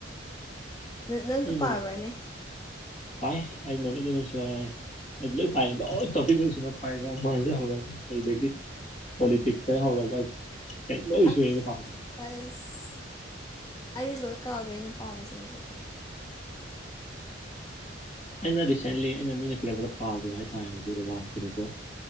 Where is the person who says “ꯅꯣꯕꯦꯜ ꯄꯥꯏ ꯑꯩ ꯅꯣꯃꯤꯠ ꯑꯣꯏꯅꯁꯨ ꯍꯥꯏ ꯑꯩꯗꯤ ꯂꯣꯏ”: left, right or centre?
Left